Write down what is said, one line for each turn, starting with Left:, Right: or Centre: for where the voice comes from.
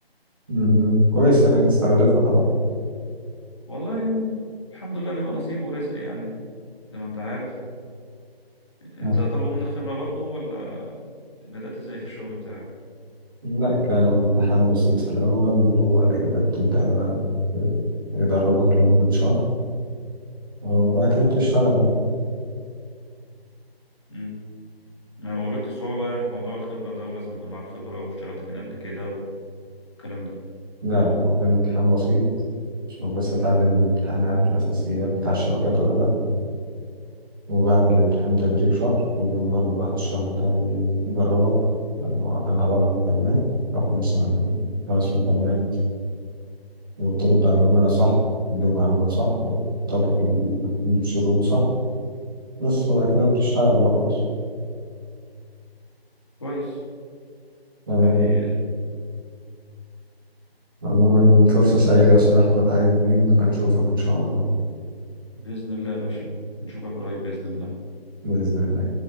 Right: مهم. كويس إنك استغلتها طبعا
Left: والله الحمد لله بيبقى نصيب ورزق يعني زي ما انت عارف انت
Right: آه.
Left: طلبوا منك خبرة برضو ولا بدأت ازاي في الشغل بتاعك؟
Right: لا كان الامتحان بسيط في الأول وبعد كده بتبدأ بقى ت- يدربك لمدة شهر وبعد كده بتشتغل بقى
Left: مم. ما واجهتش صعوبة بقى يعني في موضوع الخبرة ده ولازم يكون معاك خبرة واشتغلت فين قبل كده والكلام ده
Right: لا لا هو كان امتحان بسيط عشان بس أتعلم من الامتحان عارف الأساسيات بتاع الشبكات ولا لأ وبعد الامتحان تدريب شهر لازم برضه بعد الشهر ده يجربك لأن هو كان عبارة عن مكالمات تاخد مثلا خمس مكالمات وترد على العملاء صح تديهم معلومات صح وتطبق ال- الشروط صح بس وبعد كده بتشتغل بقى خلاص
Left: كويس
Right: تمام
Left: يعني
Right: عموما فرصة سعيدة يا أستاذ أحمد عايزين نبقى نشوفك إن شاء الله
Left: بإذن الله يا باشا نشوفك قريب بإذن الله
Right: بإذن الله